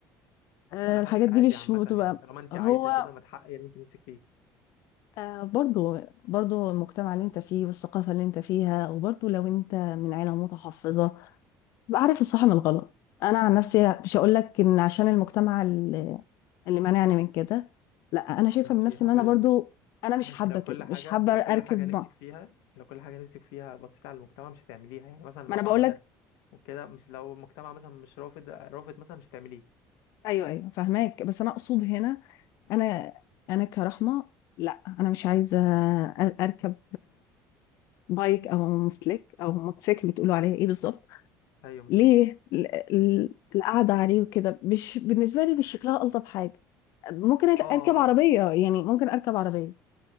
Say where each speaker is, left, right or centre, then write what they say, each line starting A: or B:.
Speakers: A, on the left; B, on the left.
A: آه،
B: لا انا
A: الحاجات
B: حاسس
A: دي
B: عادي
A: مش
B: عامه
A: بتبقى
B: يعني طالما انت
A: هو
B: عايزه كده ما تحققي اللي انت نفسك فيه
A: آه، برضو برضو المجتمع اللي انت فيه والثقافة اللي انت فيها وبرضو لو انت من عيلة متحفظة بعرف الصح من الغلط انا عن نفسي مش هقول لك ان عشان المجتمع اللي اللي مانعني من كده لا انا شايفة
B: ما انت
A: من نفسي
B: هقول
A: ان انا برضو
B: لك
A: انا مش
B: ما انت
A: حابة
B: لو
A: كده
B: كل حاجه
A: مش حابة
B: لو
A: اركب
B: كل حاجه نفسك
A: مع-
B: فيها لو كل حاجه نفسك فيها بصيت على المجتمع مش هتعمليها يعني مثلا المطعم
A: ما انا بقول لك
B: ده وكده مش لو المجتمع مثلا مش رافض رافض مثلا مش هتعمليه
A: ايوه ايوه فاهماك بس انا اقصد هنا انا انا كرحمه لا انا مش عايزه أ- اركب بايك او مسلك او موتوسيكل بتقولوا عليها ايه بالظبط
B: ايوه موتوسيكل
A: ليه ال- ال- القعده عليه وكده مش بالنسبه لي مش شكلها الطف حاجه ممكن اركب
B: اه
A: عربيه يعني ممكن اركب عربيه